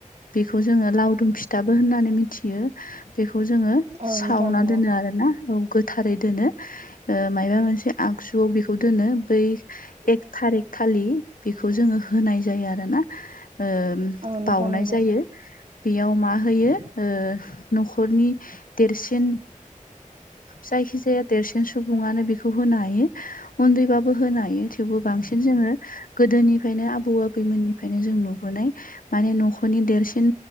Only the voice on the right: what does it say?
औ
नोंथां नंगौ
औ नोंथां
नंगौ